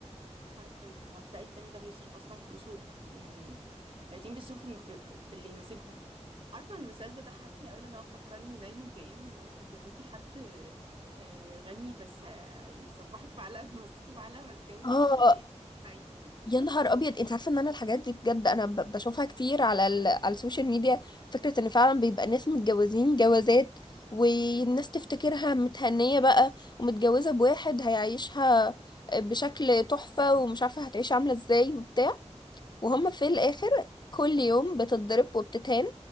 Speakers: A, on the right (about 50°); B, on the left (about 40°).
A: حرفيا وهتلاقي التاني ده بيصرف اصلا فلوسه يعني الاتنين بيصرفوا ب- ب- باللي يناسبهم عارفه المثال ده ضحكني قوي لان هو فكرني دايما بايه ان هو تتجوزي حد آه، غني بس آه، يصبحك في علقه <laughs> ويمسكي في علقه ما تتجوزي
B: اه
A: حد فقير بس سعيد <laughs>
B: يا نهار ابيض انت عارفه ان انا الحاجات دي بجد انا ب- بشوفها كتير على ال... على السوشيال ميديا فكره ان فعلا بيبقى ناس متجوزين جوازات والناس تفتكرها متهنيه بقى ومتجوزه بواحد هيعيشها بشكل تحفه ومش عارفه هتعيش عامله ازاي وبتاع وهم في الاخر كل يوم بتتضرب وبتتهان